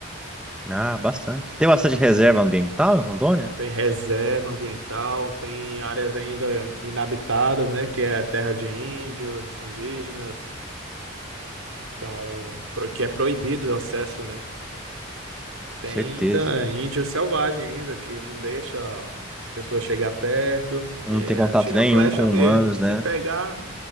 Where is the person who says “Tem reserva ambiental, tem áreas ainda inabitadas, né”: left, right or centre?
Right